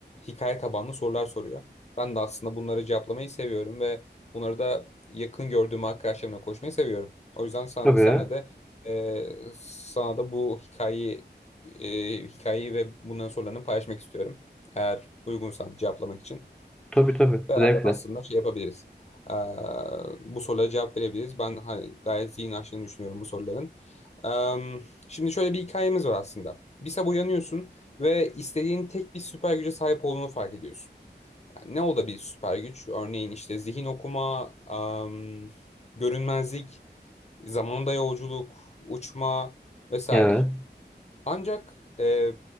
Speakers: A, on the left (about 40°); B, in the centre.
A: hikaye tabanlı sorular soruyor. Ben de aslında bunları cevaplamayı seviyorum ve bunları da yakın gördüğüm arkadaşlarımla koşmayı seviyorum. O yüzden sen,
B: Tabii.
A: senle de e, sana da bu hikayeyi e, hikayeyi ve bunların sorularını paylaşmak istiyorum. Eğer uygunsan cevaplamak için.
B: Tabii tabii.
A: Beraber
B: Zevkle.
A: aslında şey yapabiliriz. Ee, bu sorulara cevap verebiliriz. Ben hani gayet zihin açtığını düşünüyorum bu soruların. Ee, şimdi şöyle bir hikayemiz var aslında. Bir sabah uyanıyorsun ve istediğin tek bir süper güce sahip olduğunu fark ediyorsun. Yani ne olabilir süper güç? Örneğin işte zihin okuma, am, görünmezlik, zamanda yolculuk, uçma vesaire.
B: Evet.
A: Ancak e,